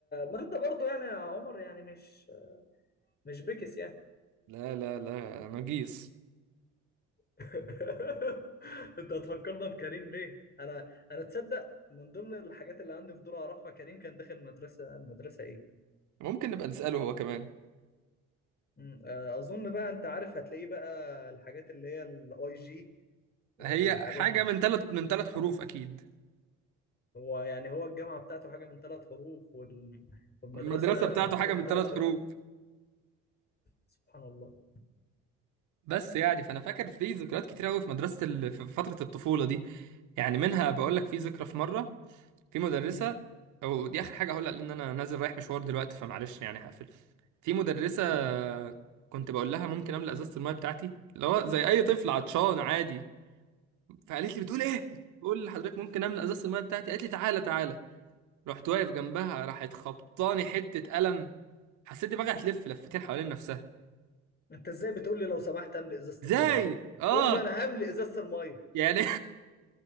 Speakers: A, on the left (about 30°); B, on the right (about 70°).
A: ما انت برضو يعني يا عمر يعني مش مش بكس يعني
B: لا لا لا نجيس
A: <laughs> انت هتفكرنا بكريم ليه انا انا تصدق من ضمن الحاجات اللي عندي فضول اعرفها كريم كان داخل مدرسه مدرسه ايه
B: ممكن نبقى نساله هو كمان
A: مم، آه، اظن بقى انت عارف هتلاقيه بقى الحاجات اللي هي الاي جي والحاجات
B: هي حاجه
A: دي
B: من ثلاث من ثلاث حروف اكيد
A: هو يعني هو الجامعه بتاعته حاجه من ثلاث حروف وال... والمدرسه
B: المدرسه بتاعته
A: حاجه
B: حاجه
A: من
B: من
A: ثلاث
B: ثلاث
A: حروف
B: حروف
A: سبحان الله
B: بس يعني فانا فاكر في ذكريات كتير قوي في مدرسه ال... في فتره الطفوله دي يعني منها بقول لك في ذكرى في مره في مدرسة
A: امم
B: أو دي آخر حاجة هقولها لأن أنا نازل رايح مشوار دلوقتي فمعلش يعني هقفل في مدرسة
A: امم
B: كنت بقول لها ممكن أملأ إزازة الماية بتاعتي اللي هو زي أي طفل عطشان عادي فقالت لي بتقول إيه؟ بقول لحضرتك ممكن أملأ إزازة الماية بتاعتي قالت لي تعالى تعالى رحت واقف جنبها راحت خبطاني حتة قلم حسيت دماغي هتلف لفتين حوالين نفسها
A: انت ازاي بتقول لي لو سمحت املي ازازه
B: إزاي؟
A: الميه
B: آه
A: قول لي انا هملي ازازه الميه
B: يعني